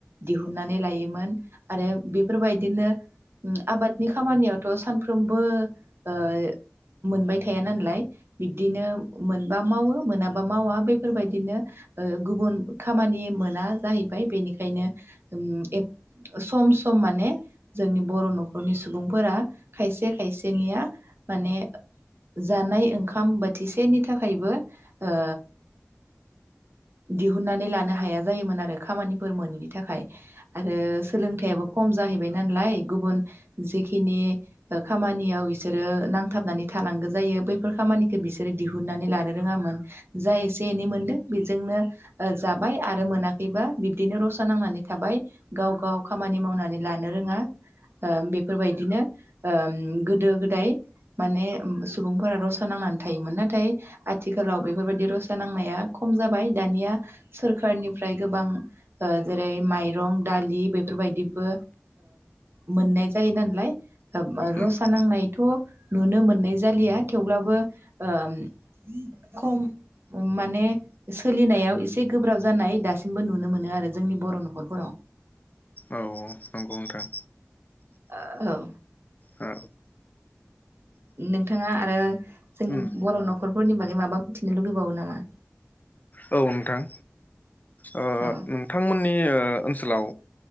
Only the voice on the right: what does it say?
दिहुननानै लायोमोन आरो बेफोरबायदिनो आबादनि खामानियावथ' सानफ्रोमबो ओ मोनबाय थाया नालाय बिब्दिनो मोनबा मावो मोनाबा मावा बेफोरबायदिनो ओ गुबुन खामानि मोना जाहैबाय बेनिखायनो उम एफ सम सम माने जोंनि बर' न'खरनि सुबुंफोरा खायसे खायसेनिया माने जानाय ओंखाम बोथिसेनि थाखायबो ओ दिहुननानै लानो हाया जायोमोन आरो खामानिफोर मोनैनि थाखाय आरो सोलोंथाइयाबो खम जाहैबाय नालाय गुबुन जेखिनि खामानियाव इसोरो नांथाबनानै थानांगौ जायो बैफोर खामानिखो बिसोरो दिहुनन्नानै लानो रोङामोन जा एसे एनै मोनदों बेजोंनो ओ जाबाय आरो मोनाखैबा बिब्दिनो रसा नांनानै थाबाय गाव गाव खामानि मावनानै लानो रोङा ओ बेफोरबायदिनो ओम गोदो गोदाय माने सुबुंफोरा रसा नांनानै थायोमोन नाथाय आथिखालाव बेफोरबायदि रसा नांनाया खम जाबाय दानिया सोरखारनिफ्राय गोबां जेरै माइरं दालि बे फोरबायदिबो मोननाय जायो नाललाय
रसा नांनायथ' नुनो मोननाय जालिया थेवब्लाबो ओम खम माने सोलिनायाव एसे गोब्राब जानाय दासिमबो नुनो मोनो आरो जोंनि बर' न'खरफोराव
ओ औ
नोंथाङा आरो जोंनि
बर' न'खरफोरनि बागै माबा मोनथिनो लुगैबावो नामा
औ